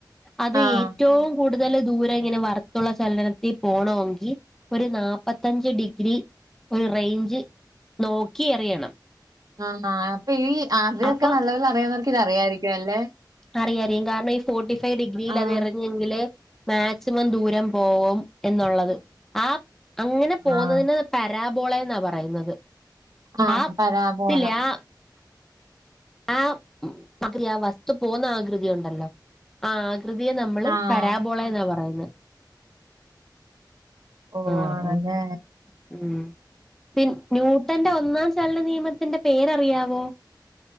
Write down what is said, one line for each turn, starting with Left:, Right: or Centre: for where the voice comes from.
Centre: അത്
Right: ആഹ്
Centre: ഏറ്റവും കൂടുതല് ദൂരെ ഇങ്ങനെ വറ്ത്തുള്ള ചലനത്തിൽ പോണോങ്കി ഒരു നാപ്പത്തഞ്ച് ഡിഗ്രി ഒരു റേഞ്ച് നോക്കി എറിയണം.
Right: ആഹ് അപ്പൊ ഈ ആദ്യൊക്കെ
Centre: അപ്പൊ
Right: നല്ലപോലെ അറിയുന്നവർക്ക് ഇത് അറിയായിരിക്കുവല്ലെ?
Centre: അറിയാറിയും കാരണം ഈ ഫോർട്ടി ഫൈവ് ഡിഗ്രിയിൽ
Right: ആഹ്
Centre: അത് എറങ്ങി ഞ്ഞെങ്കിലെ മാക്സിമം ദൂരം പോവോം എന്നുള്ളത് ആ അങ്ങനെ പോവുന്നതിന്
Right: ആഹ്
Centre: പരാബോള എന്നാ പറയുന്നത്.
Right: ആഹ്
Centre: ആ
Right: പരാബോളാ
Centre: ത്തിലെ ആ <unintelligible> ആ വസ്തു പോന്ന ആകൃതിയൊണ്ടല്ലോ? ആ ആകൃതിയെ നമ്മള്
Right: ആഹ്
Centre: പരാബോള എന്നാ പറയുന്നേ.
Right: ഓ
Centre: ആഹ്
Right: ആണല്ലേ
Centre: ആഹ് ഉം പിൻ ന്യൂട്ടന്റെ ഒന്നാം ചലന നിയമത്തിന്റെ പേരറിയാവോ?